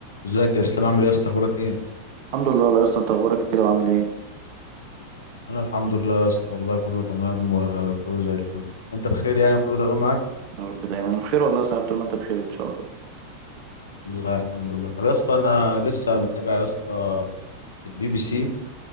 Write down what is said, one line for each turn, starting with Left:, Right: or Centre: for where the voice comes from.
Left: ازيك يا اسلام عامل ايه يا اسطى اخبارك ايه
Right: الحمد لله والله يا اسطى انت اخبارك كده وعامل ايه
Left: انا الحمد لله يا اسطى والله كله تمام وكله زي الفل انت بخير يعني كله تمام معاك
Right: يا رب دايما بخير والله يا صاحبي طول ما انت بخير ان شاء الله
Left: والله الحمد لله طب يا اسطى انا لسه متابع يا اسطى البي بي سي